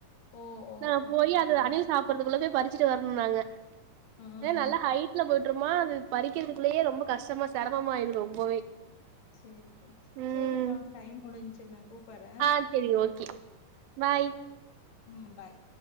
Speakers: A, on the left; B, on the right.
A: ஓ ஓ
B: நா
A: ஓ
B: போயி
A: செரி
B: அது அணில் சாப்றதுக்குள்ள போய் பறிச்சுட்டு வர்னு நாங்க
A: ஆஹா
B: ஏனா நல்லா ஹை ட்ல போட்ருமா அது பறிக்கிறதுக்குள்ளயே ரொம்ப கஷ்டமா செரமமாயிடு ரொம்பவே
A: சேரி சேரி
B: ம்
A: சேரிப்பா டைம் முடின்ச்சு நா கூப்புறே
B: ஆ செரி ஓகே பாய்
A: ம் பாய்